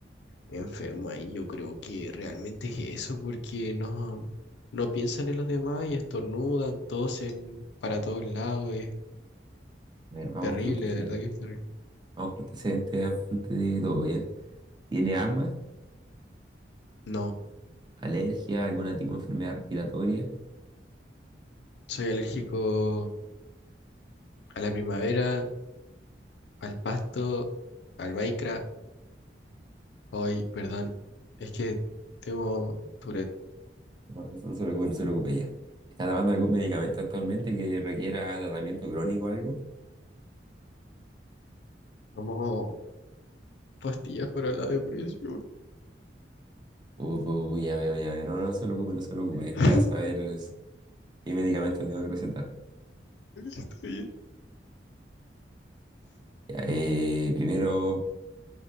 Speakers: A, on the left; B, on the right.
A: enferma y yo creo que realmente es eso porque no, no piensan en los demás y estornudan, tosen para todos lados, es
B: A ver, vamos
A: terrible,
B: con los antecedentes.
A: de verdad que es terrible.
B: Vamos con los antecedentes antes de todo, ¿ya? ¿Tiene asma,
A: No,
B: alergia, alguna tipo de enfermedad respiratoria?
A: soy alérgico a la primavera, al pasto, al Minecraft. Hoy, perdón, es que tengo Tourette,
B: No, eso no se preocupe, no se preocupe ya. ¿Está tomando algún medicamento actualmente que requiera tratamiento crónico o algo?
A: tomo pastillas para la depresión.
B: Uh, pu, ya veo, ya veo. No, no se preocupe, no se preocupe. Es
A: <laughs>
B: para saber es, qué medicamento le tengo que recetar.
A: Está bien.
B: Ya, eh, primero.